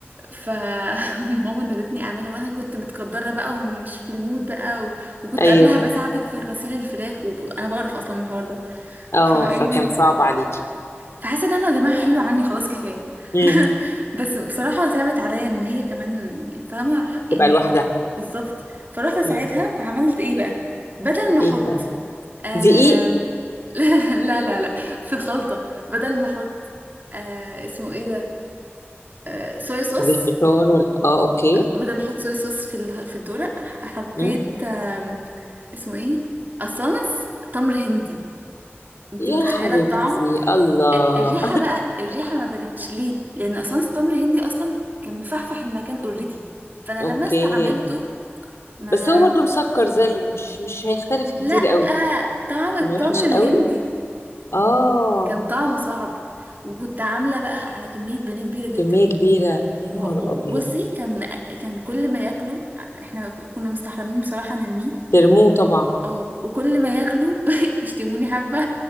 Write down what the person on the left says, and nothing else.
ايوه
اه
فكان صعب عليكي
امم
تبقى لوحدها
امم
ايه بقى
دقيق
فيجيتار ولا اه اوكي
امم
يا
حبيبتي
الله
<laughs> اوكي
بس هو برضو مسكر زيه مش مش هيختلف كتير
قوي
كان وحش
قوي اه
كمية كبيرة يا
نهار
أبيض
ترموه طبعا